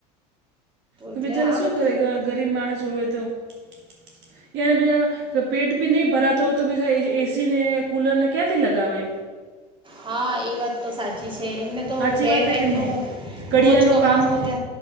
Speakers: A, on the right; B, on the right.
A: તો
B: એટલે
A: બિચારા
B: આ
A: શું
B: બધી
A: કરે ગરીબ માણસ હોવે તો <unintelligible> તો પેટ ભી નહી ભરાતો હોય તો એએસી ને કુલર ને ક્યાંથી લગાવે.
B: હા એ વાત તો સાચી છે એમને તો
A: હાચી
B: બે
A: વાત
B: ટાઈમનું
A: હે કે નહી કડિયા
B: રોજ
A: નું
B: કમાવો
A: કામ
B: ને